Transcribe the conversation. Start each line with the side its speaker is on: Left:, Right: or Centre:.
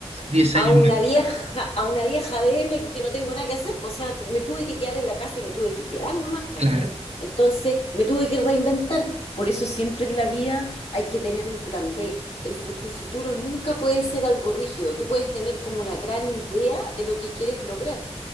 Right: diez
Left: a
Right: años
Left: una
Right: más.
Left: vieja, a una vieja DM que no tengo nada que hacer, pues, o sea, me tuve que quedar en la casa y me tuve que quedar nomás, ¿cachai?
Right: Claro,
Left: Entonces me tuve que reinventar. Por eso siempre en la vida hay que tener un plan B. El, fu- tu futuro nunca puede ser algo rígido. Tú puedes tener como una gran idea de lo que quieres lograr,